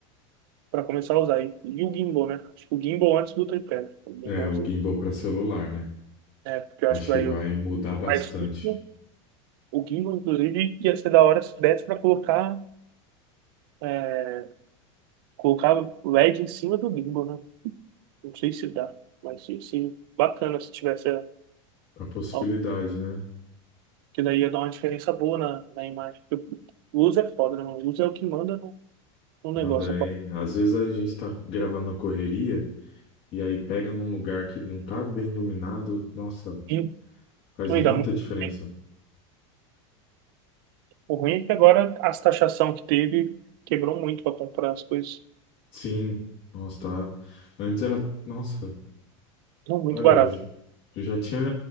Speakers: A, on the right (about 45°); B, on the left (about 35°).
A: pra começar a usar. E, e o gimbal, né? Acho que o gimbal antes do tripé, né? O gimbalzinho.
B: é o gimbal para celular, né?
A: É, porque eu
B: Acho
A: acho que vai
B: que vai mudar bastante
A: mais curto. O gimbal, inclusive, ia ser da hora se desse pra colocar, é, colocar o LED em cima do gimbal, né? Não sei se dá, mas sim, sim, bacana se tivesse a
B: a possibilidade,
A: a
B: né?
A: Que daí ia dar uma diferença boa na, na imagem. Porque luz é foda, né? mano? Luz é o que manda no, no negócio.
B: Manda aí. Às vezes a gente tá gravando na correria. e aí pega num lugar que não tá bem iluminado, nossa,
A: E
B: faz
A: não
B: muita
A: ia dar muito
B: diferença.
A: bem. O ruim é que agora as taxação que teve quebrou muito pra comprar as coisas.
B: Sim, nossa, tá. Antes era, nossa,
A: Não, muito
B: olha,
A: barato.
B: eu j- eu já tinha